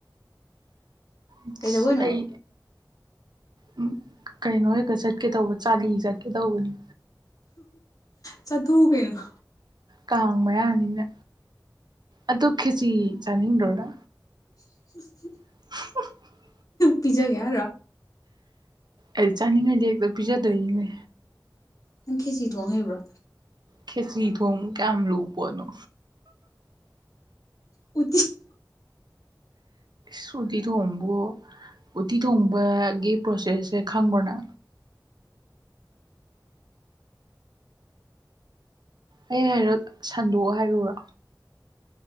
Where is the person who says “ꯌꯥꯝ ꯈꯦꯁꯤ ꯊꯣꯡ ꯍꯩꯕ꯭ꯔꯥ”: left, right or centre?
Left